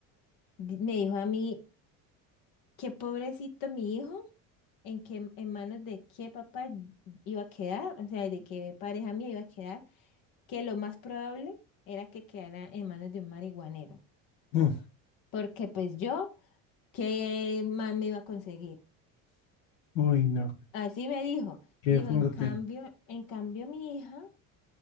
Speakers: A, on the left; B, on the left.
A: Di- Me dijo a mí, Qué pobrecito mi hijo, en qué, en manos de qué papá iba a quedar, o sea, de qué pareja mía iba a quedar, que lo más probable era que quedara en manos de un marihuanero,
B: Mm,
A: porque pues yo, ¿qué más me iba a conseguir?
B: Uy, no.
A: Así me dijo,
B: Qué
A: dijo,
B: fuerte.
A: en cambio, en cambio mi hija,